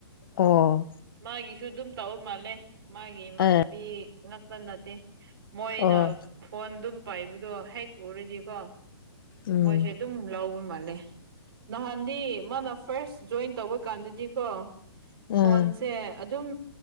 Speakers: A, on the left; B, on the right.
A: ꯑꯣ
B: ꯃꯥꯒꯤꯁꯨ ꯑꯗꯨꯝ ꯇꯧꯕ ꯃꯥꯜꯂꯦ ꯃꯥꯒꯤ ꯏꯃꯥꯟꯅꯕꯤ
A: ꯑꯦ
B: ꯉꯛꯇ ꯅꯠꯇꯦ ꯃꯣꯏꯅ
A: ꯑꯣ
B: ꯐꯣꯟꯗꯨꯝ ꯄꯥꯏꯕꯗꯣ ꯍꯦꯛ ꯎꯔꯗꯤꯀꯣ
A: ꯎꯝ
B: ꯃꯣꯏꯁꯦ ꯑꯗꯨꯝ ꯂꯧꯕ ꯃꯥꯜꯂꯦ ꯅꯍꯥꯟꯗꯤ ꯃꯥꯅ ꯐꯥꯔꯁ ꯖꯣꯏꯟ ꯇꯧꯕ ꯀꯥꯟꯗꯗꯤꯀꯣ
A: ꯎꯝ
B: ꯐꯣꯟꯁꯦ ꯑꯗꯨꯝ